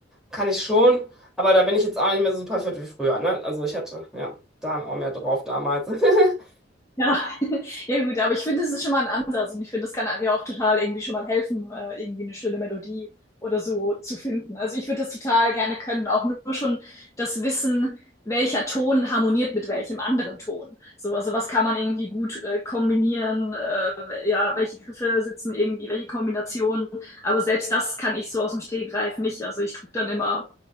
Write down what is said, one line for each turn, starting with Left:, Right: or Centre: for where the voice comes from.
Centre: kann ich schon, aber da bin ich jetzt auch nicht mehr so super fit wie früher, ne? Also ich hatte, ja, da auch mehr drauf damals. <laughs>
Left: Ja, <laughs> ja gut, aber ich finde, es ist schon mal ein Ansatz und ich finde, das kann einem ja auch total irgendwie schon mal helfen, äh, irgendwie eine schöne Melodie oder so zu finden. Also ich würde das total gerne können, auch nur schon das Wissen, welcher Ton harmoniert mit welchem anderen Ton. So, also was kann man irgendwie gut äh, kombinieren, äh, ja, welche Griffe sitzen irgendwie, welche Kombinationen. Aber selbst das kann ich so aus dem Stegreif nicht. Also ich drücke dann immer